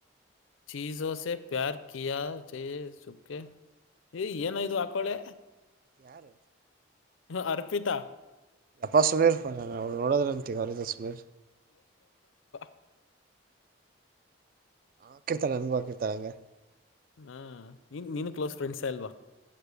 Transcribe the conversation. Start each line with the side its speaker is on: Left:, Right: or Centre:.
Left: ಚೀಜೊಸ ಪ್ಯಾರ ಅಕಿಯಾ ಚೈ ಸುಕ್ಕೆ ಈ ಏನಯ್ತು ಆಕಳೆ
Right: ಯಾರು
Left: ಹ್ಮ ಅರ್ಪಿತಾ
Right: ಅಪ ಸುಮೇರ್ರ ಅವ ನೋಡದಂತ ಹೊ ಸಮೇ
Left: ಹ <inaudible>
Right: ಹಾಕರ್ತಾರೆ ನಮಗೆ ಹಾರ್ತಾರೆ ಅಂಗ
Left: ಹಾ ನೀನ್ ನೀನು ಕ್ಲೋಸ್ ಫ್ರೆಂಡ್ಸ್ ಅಲ್ವಾ